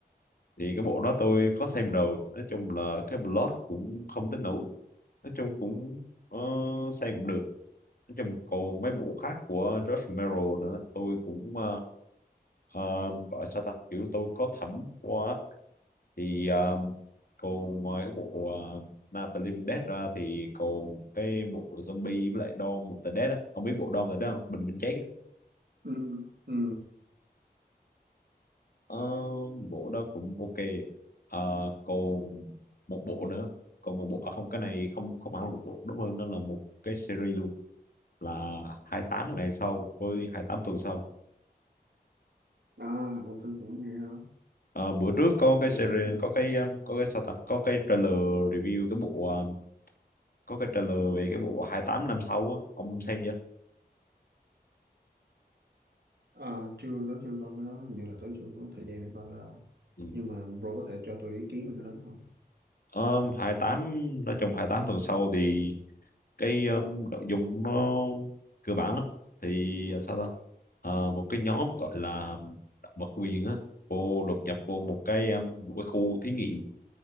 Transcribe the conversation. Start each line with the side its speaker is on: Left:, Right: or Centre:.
Left: thì cái bộ đó tôi có xem rồi nói chung là cái plot cũng không tới nổi nói chung cũng ờ, xem cũng được nói chung còn mấy bộ khác của George Romero nữa tôi cũng ờ, ờ, gọi sao ta kiểu tôi có thẩm quá thì ờ, còn ngoài cái bộ uh, Night of the Living Dead ra thì còn cái bộ zombie với lại Dawn of the Dead á không biết bộ Dawn of the Dead không Bình Minh Chết á.
Right: ừ. Ừ.
Left: Ờ, bộ đó cũng ok Ờ, còn một bộ nữa còn một bộ à không cái này không không hẳn là một bộ đúng hơn nó là một cái series luôn là 28 ngày sau với hai mươi tám tuần sau
Right: à rồi tôi cũng nghe đó
Left: Ờ, bữa trước có
Right: dạ
Left: cái series
Right: cái đó
Left: có cái um, có cái sao ta có cái trailer review cái bộ um, có cái trailer về cái bộ hai tám năm sau á ông xem chưa?
Right: à, chưa tới chưa coi cái đó hình như là tới chưa có thời gian để coi cái đó
Left: Ừ.
Right: nhưng mà bro có thể cho tôi ý kiến về cái đó không
Left: Um, hai tám nói chung hai tám tuần sau thì cái um, nội dung nó cơ bản lắm thì ờ, sao ta Ờ, một cái nhóm gọi là động vật quyền á vô đột nhập vô một cái um, một cái khu thí nghiệm